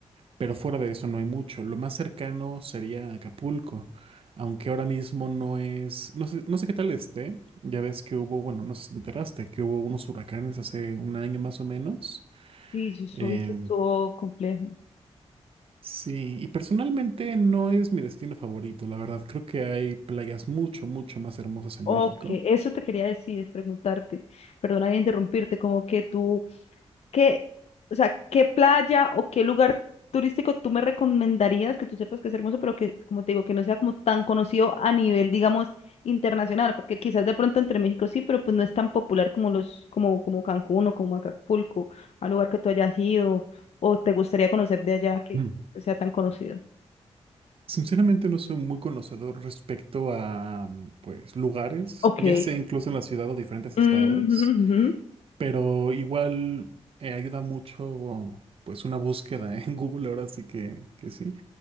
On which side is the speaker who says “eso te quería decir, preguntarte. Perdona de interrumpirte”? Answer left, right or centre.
Left